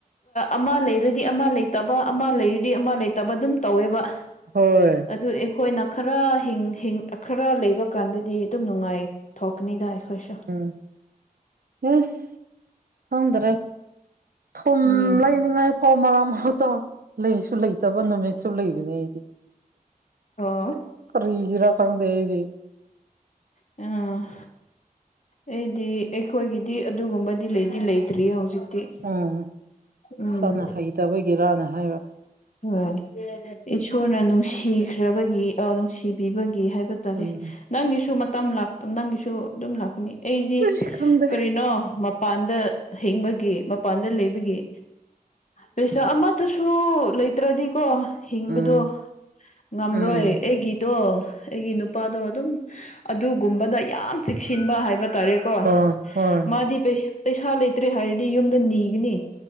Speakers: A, on the left; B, on the right.
A: ꯑꯃ ꯂꯩꯔꯗꯤ ꯑꯃ ꯂꯩꯇꯕ ꯑꯃ ꯂꯩꯔꯗꯤ ꯑꯃ ꯂꯩꯇꯕ ꯑꯗꯨꯝ ꯇꯧꯋꯦꯕ
B: ꯍꯣꯏ
A: ꯑꯗꯨ ꯑꯩꯈꯣꯏꯅ ꯈꯔ ꯍꯤꯡ ꯍꯤꯡ ꯈꯔ ꯂꯩꯕ ꯀꯥꯟꯗꯗꯤ ꯑꯗꯨꯝ ꯅꯨꯡꯉꯥꯏ ꯊꯣꯛꯀꯅꯤꯗ ꯑꯩꯈꯣꯏꯁꯨ
B: ꯎꯝ ꯍꯨꯝ ꯈꯪꯗꯔꯦ ꯊꯨꯝ
A: ꯎꯝ
B: ꯂꯩꯅꯤꯡꯉꯥꯏ ꯐꯥꯎ ꯃꯔꯛ ꯃꯔꯛꯇꯣ ꯂꯩꯁꯨ ꯂꯩꯇꯕ ꯅꯨꯃꯤꯠꯁꯨ ꯂꯩꯕꯅꯦ ꯑꯩꯗꯤ
A: ꯑꯣ
B: ꯀꯔꯤꯒꯤꯔ ꯈꯪꯗꯦ ꯑꯩꯗꯤ
A: ꯑꯝ ꯑꯩꯗꯤ ꯑꯩꯈꯣꯏꯒꯤꯗꯤ ꯑꯗꯨꯒꯨꯝꯕꯗꯤ ꯂꯩꯗꯤ ꯂꯩꯇ꯭ꯔꯤ ꯍꯧꯖꯤꯛꯇꯤ
B: ꯎꯝ
A: ꯎꯝ
B: ꯏꯁꯥꯅ ꯍꯩꯇꯕꯒꯤꯔꯅ ꯍꯥꯏꯕ
A: ꯎꯝ ꯏꯁꯣꯔꯅ ꯅꯨꯡꯁꯤꯈ꯭ꯔꯕꯒꯤ ꯑꯣ ꯅꯨꯡꯁꯤꯕꯤꯕꯒꯤ ꯍꯥꯏꯕ ꯇꯥꯔꯦ
B: ꯎꯝ
A: ꯅꯪꯒꯤꯁꯨ ꯃꯇꯝ ꯂꯥꯛ ꯑ ꯅꯪꯒꯤꯁꯨ ꯑꯗꯨꯝ ꯂꯥꯛꯀꯅꯤ ꯑꯩꯗꯤ
B: ꯑꯩ ꯈꯪꯗꯦ
A: ꯀꯔꯤꯅꯣ ꯃꯄꯥꯟꯗ ꯍꯤꯡꯕꯒꯤ ꯃꯄꯥꯟꯗ ꯂꯩꯕꯒꯤ ꯄꯩꯁꯥ ꯑꯃꯠꯇꯁꯨ ꯂꯩꯇ꯭ꯔꯗꯤꯀꯣ ꯍꯤꯡꯕꯗꯣ
B: ꯎꯝ
A: ꯉꯝꯔꯣꯏ
B: ꯎꯝ
A: ꯑꯩꯒꯤ ꯇꯣ ꯑꯩꯒꯤ ꯅꯨꯄꯥꯗꯣ ꯑꯗꯨꯝ ꯑꯗꯨꯒꯨꯝꯕꯗ ꯌꯥꯝ ꯆꯦꯛꯁꯤꯟꯕ ꯍꯥꯏꯕ ꯇꯥꯔꯦ ꯀꯣ
B: ꯑꯣ ꯍꯣꯏ
A: ꯃꯥꯗꯤ ꯄꯩ ꯄꯩꯁꯥ ꯂꯩꯇ꯭ꯔꯦ ꯍꯥꯏꯔꯗꯤ ꯌꯨꯝꯗ ꯅꯤꯒꯅꯤ